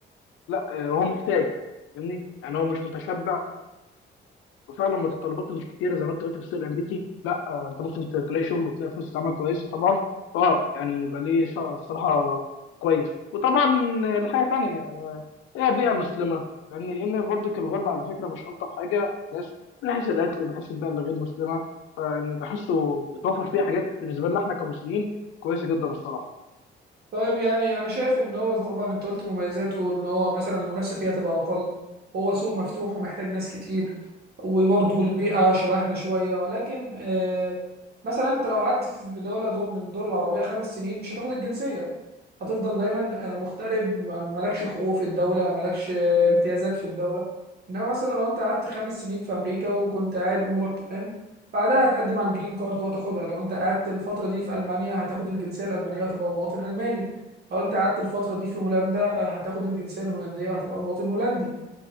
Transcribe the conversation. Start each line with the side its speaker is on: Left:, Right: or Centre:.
Left: لا آه، هو محتاج فاهمني يعني هو مش متشبع وفعلا متطلبات الكتيره زي ما انت قلت في السوق الامريكي لا آه، انت ممكن ت- تلاقي شغل وتلاقي فرصه عمل كويسه طبعا اه يعني يبقى ليه شا- الصراحه كويس وطبعا الحاجه تانية هي بيئه مسلمه يعني لان برضه الغربه على فكره مش الطف حاجه الناس من حيث الاكل من حيث البيئه اللي غير مسلمه فيعني بحسه بيتوفر فيه حاجات بالنسبه لنا احنا كمسلمين كويسه جدا الصراحه
Right: طيب يعني انا شايف ان هو طبعا انت قلت مميزاته ان هو مثلا المنافسه فيها تبقى اقل هو سوق مفتوح ومحتاج ناس كتير وبرضه البيئه شبهنا شويه ولكن آه مثلا انت لو قعدت في دوله دول من الدول العربيه خمس سنين مش هتاخد الجنسيه هتفضل دايما آه، مغترب ما- مالكش حقوق في الدولة مالكش آه، امتيازات في الدولة انما مثلا لو انت قعدت خمس سنين في امريكا وكنت قاعد امورك تمام بعدها هتقدم على الجرين كارد وهتاخدها لو انت قعدت الفترة دي في المانيا هتاخد الجنسية الالمانية وهتبقى مواطن الماني لو انت قعدت الفترة دي في هولندا آه، هتاخد الجنسية الهولندية وهتبقى مواطن هولندي